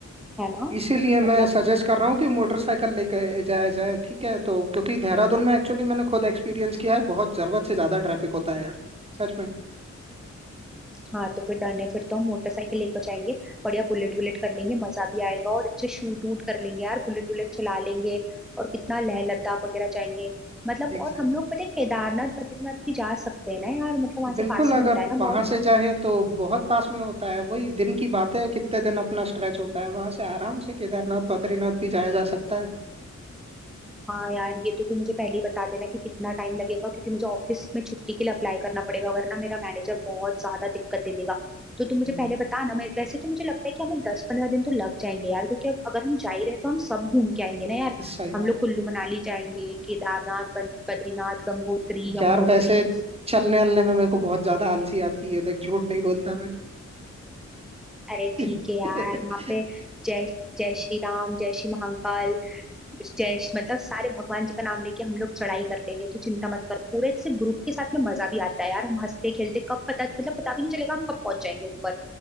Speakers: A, in the centre; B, on the right (about 20°).
A: है ना
B: इसीलिए मैं
A: मतलब
B: सजेस्ट कर रहा हूँ कि मोटरसाइकिल लेके जाया जाए ठीक है तो क्योंकि देहरादून में एक्चुअली मैंने खुद एक्सपीरियंस किया है बहुत जरूरत से ज्यादा ट्रैफिक होता है यार सच में
A: हाँ तो फिर डन है फिर तो हम मोटरसाइकिल लेकर जाएंगे बढ़िया बुलेट
B: हम्म,
A: वुलेट कर लेंगे मजा भी आएगा और अच्छे शूट वूट कर लेंगे यार बुलेट वुलेट चला लेंगे और कितना लेह लद्दाख वगैरह जाएंगे मतलब
B: एक सही
A: और हम लोग पता है केदारनाथ बद्रीनाथ भी जा सकते हैं ना यार मतलब वहां
B: बिल्कुल
A: से पास
B: अगर
A: में होता है ना
B: वहां
A: बहुत
B: से जाएं तो बहुत पास में होता है वही दिन की बात है कितने दिन अपना स्ट्रेच होता है वहां से आराम से केदारनाथ बद्रीनाथ भी जाया जा सकता है
A: हाँ यार ये तो तू मुझे पहले ही बता देना कि कितना टाइम लगेगा क्योंकि मुझे ऑफिस में छुट्टी के लिए अप्लाई करना पड़ेगा वरना मेरा मैनेजर बहुत ज्यादा दिक्कत दे देगा तो तू मुझे
B: हम्म,
A: पहले बता ना मैं वैसे तो मुझे लगता है कि हमें दस पंद्रह दिन तो लग जाएंगे यार क्योंकि अब अगर हम जा ही रहे तो हम सब घूम के आएंगे ना यार
B: सही
A: हम
B: बात
A: लोग
B: है
A: कुल्लू मनाली जाएंगे केदारनाथ बन- बद्रीनाथ गंगोत्री यमुनोत्री
B: यार वैसे चलने अलने में मेरे को बहुत ज्यादा आलसी आती है देख झूठ नहीं बोलता मैं
A: अरे
B: <laughs>
A: ठीक है यार वहाँ पे जय जय श्री राम जय श्री महाकाल जयश मतलब सारे भगवान जी का नाम लेके हम लोग चढ़ाई कर लेंगे तो चिंता मत कर पूरे से ग्रुप के साथ में मजा भी आता है यार हम हंसते खेलते कब पता मतलब पता भी नहीं चलेगा हम कब पहुंच जाएंगे ऊपर